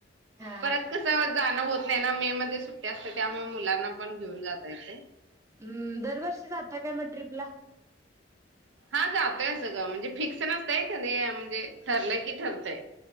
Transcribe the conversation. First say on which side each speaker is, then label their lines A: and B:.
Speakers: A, on the right; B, on the right.
A: हा
B: परत कसं जाणं होत नाय ना, मे मध्ये सुट्टी असते त्यामुळे मुलांना पण घेऊन जाता येतंय.
A: हम्म दरवर्षी जाता काय म ट्ररीपला.
B: हा जातोय म्हणजे फिक्स नसतय. कणी म्हणजे ठरलंय की ठरतय.